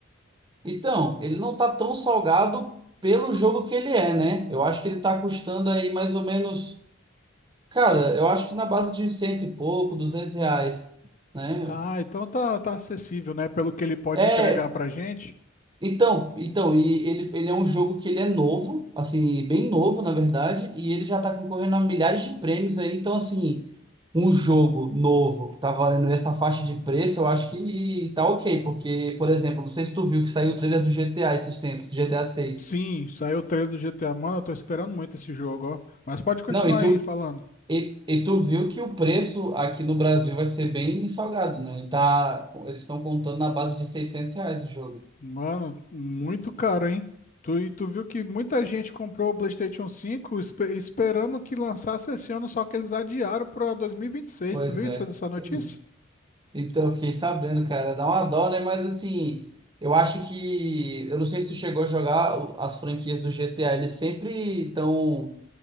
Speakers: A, on the right; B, on the left.
A: Então, ele não tá tão salgado pelo jogo que ele é, né? Eu acho que ele tá custando aí mais ou menos. Cara, eu acho que na base de cento e pouco, duzentos reais, né?
B: Ah, então tá, tá acessível, né? Pelo que ele pode
A: É,
B: entregar pra gente.
A: então, então, e ele, ele é um jogo que ele é novo, assim, bem novo, na verdade, e ele já tá concorrendo a milhares de prêmios aí, então, assim, um jogo novo tá valendo essa faixa de preço, eu acho que tá ok, porque, por exemplo, não sei se tu viu que saiu o trailer do GTA esses tempos, do GTA seis
B: Sim, saiu o trailer do GTA. Mano, eu tô esperando muito esse jogo, ó. Mas pode continuar
A: Não, e tu,
B: aí falando.
A: E, e tu viu que o preço aqui no Brasil vai ser bem salgado, né? Ele tá, eles estão contando na base de 600 reais o jogo.
B: Mano, muito caro, hein? Tu, e tu viu que muita gente comprou o PlayStation cinco espe- esperando que lançasse esse ano, só que eles adiaram para dois mil e e vinte e seis.
A: Pois
B: Tu viu
A: é.
B: isso, essa notícia?
A: eles- Então, eu fiquei sabendo, cara. Dá uma dó, né? Mas, assim, eu acho que... Eu não sei se tu chegou a jogar o- as franquias do GTA. Eles sempre estão...